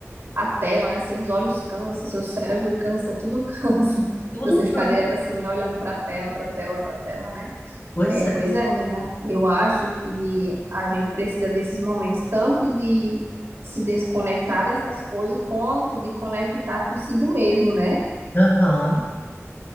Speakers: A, on the right; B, on the left.
A: a tela, né? Seus olhos cansam, seu cérebro cansa, tudo cansa. <laughs>
B: Tudo
A: Você
B: plano.
A: ficar direto assim, olhando pra tela, pra tela, pra tela, né?
B: Pois
A: É, pois
B: é.
A: é, menina. Eu acho que a gente precisa desses momentos, tanto de se desconectar dessas coisas, quanto de conectar consigo mesmo, né?
B: Aham.